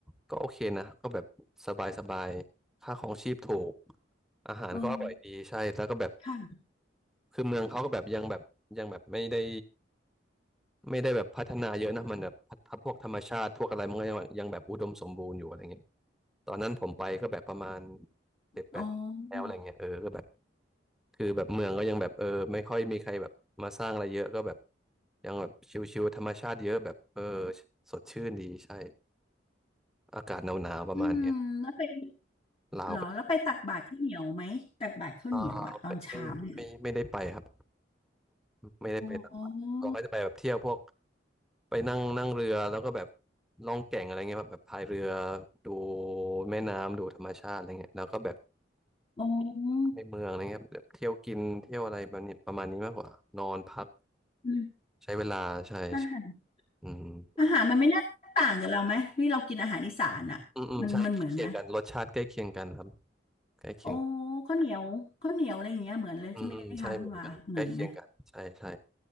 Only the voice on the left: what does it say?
เออค่ะ
อ๋อ
อืมแล้วไป
เหรอแล้วไปตักบาตรข้าวเหนียวไหมตักบาตรข้าวเหนียวอ่ะตอนเช้าเนี่ย
อ๋อ
อ๋อ
อืม
อาหาร
อาหารมันไม่น่าต่างกับเราไหมนี่เรากินอาหารอีสานอ่ะมันมันเหมือนไหม
โอ้ข้าวเหนียวข้าวเหนียวอะไรอย่างเงี้ยเหมือนเลยใช่ไหมคะคุณว่าเหมือนไหม